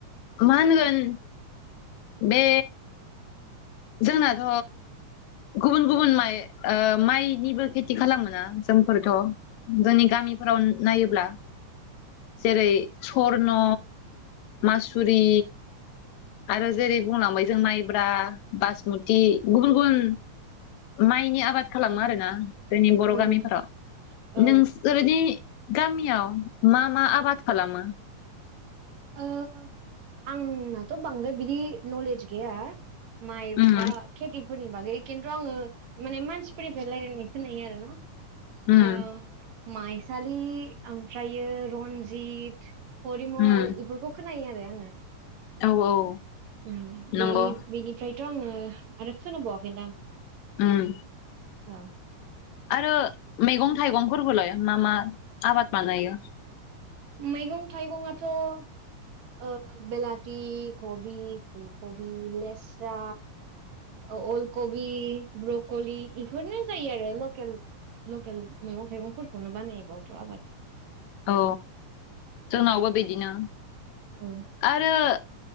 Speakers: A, on the left; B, on the right.
A: मा होनगोन बे जोंनाथ' गुबुन गुबुन माइ ओ माइनिबो खेति खालामोना जोंफोरथ' जोंनि गामि मिफोराव नायोब्ला जेरै सरन' मासुरि आरो जेरै बुंलांबाय जों माइब्रा बासमति गुबुन गुबुन माइनि आबाद खालामो आरोना जोंनि बर'
B: उम
A: गामिफोराव
B: औ
A: नों सोरदि गामियाव मा मा आबाद खालामो?
B: ओ आंनाथ' बांद्राय बिदि नलेज गैया माइ
A: उम
B: बा खेति फोरनि बागै किन्तु आङो माने मानसिफोरनिफ्राय रायलायनाय खोनायो आरो ना
A: उम
B: ओ माइसालि ओमफ्रायो रन्जित फरिम'ल
A: उम
B: खौ खोनायो आरो आङो
A: औ औ
B: ओम
A: नंगौ
B: बेनि बेनिफ्रायथ' आङो आरो खोनाबावाखैदां
A: ओम
B: औ
A: आरो मैगं थाइगंफोरबोलाय मा मा आबाद बानायो?
B: मैगं थायगंआथ' ओ बेलाथि, कबि, फुल कबि, लेस्रा ओ अलकबि ब्रक'लि इफोरनो जायो आरो लकेल लकेल मैगं-थाइगंफोरखौनो बानायबावथ' आबाद
A: औ जोंनावबो
B: औ
A: बेदिनो
B: औ
A: आरो ओ